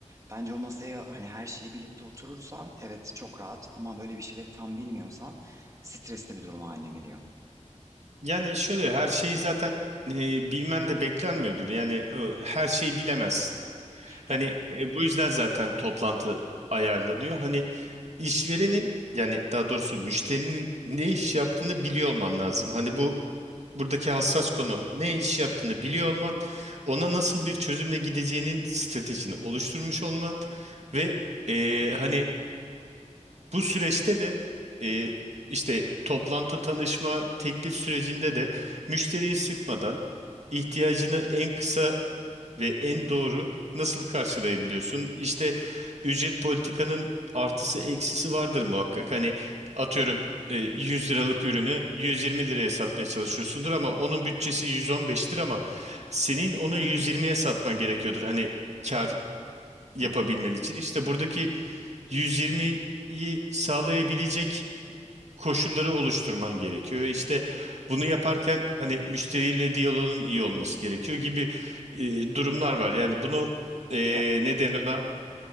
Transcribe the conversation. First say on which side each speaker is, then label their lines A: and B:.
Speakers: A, on the right; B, on the right.
A: Bence o masaya hani her şeyi bilip de oturursan evet çok rahat ama böyle bir şeyleri tam bilmiyorsan stresli bir durum haline geliyor.
B: Yani şöyle her şeyi zaten e, bilmen de beklenmiyordur. Yani e, her şeyi bilemezsin. Hani
A: Ya,
B: e, bu yüzden zaten toplantı ayarlanıyor. Hani işverenin yani daha doğrusu müşterinin ne iş yaptığını biliyor olman lazım. Hani bu buradaki hassas konu ne iş yaptığını biliyor olman, ona nasıl bir çözümle gideceğinin stratejini oluşturmuş olman ve e, hani bu süreçte de e, işte toplantı tanışma teklif sürecinde de müşteriyi sıkmadan ihtiyacını en kısa ve en doğru nasıl karşılayabiliyorsun? İşte ücret politikanın artısı eksisi vardır muhakkak. Hani atıyorum e, 100 liralık ürünü 120 liraya satmaya çalışıyorsundur ama onun bütçesi 115'tir ama senin onu 120'ye satman gerekiyordur. Hani kar yapabilmen
A: hı.
B: için işte buradaki 120'yi sağlayabilecek koşulları oluşturman gerekiyor. İşte bunu yaparken hani müşteriyle diyaloğun iyi olması gerekiyor gibi e, durumlar var. Yani bunu e,
A: Ya
B: neden ona